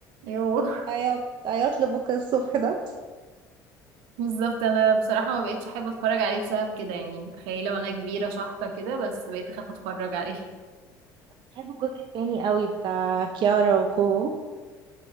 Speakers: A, on the right; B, on the right.
A: ايوه <laughs>
B: عياط عياط لبكره الصبح ده
A: بالظبط انا بصراحه ما بقتش احب اتفرج عليه بسبب كده يعني متخيله وانا كبيره شحطه كده بس بقيت اخاف اتفرج عليه <laughs>
B: بحب الجزء التاني قوي بتاع كيارا وكوفو